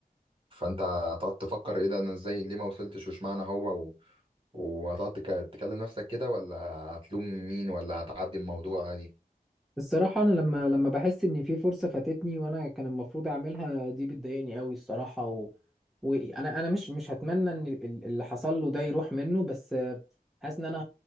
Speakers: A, on the right; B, in the centre.
A: فانت هتقعد تفكر ايه ده انا ازاي ليه ما وصلتش وش معنى هو و... وهتقعد تك- تكلم نفسك كده ولا هتلوم مين ولا هتعدي الموضوع عادي
B: الصراحة أنا لما لما بحس إن في فرصة فاتتني وأنا كان المفروض أعملها دي بتضايقني قوي الصراحة وانا انا مش مش هتمنى ان ال- اللي حصل له ده يروح منه بس آه، حاسس ان انا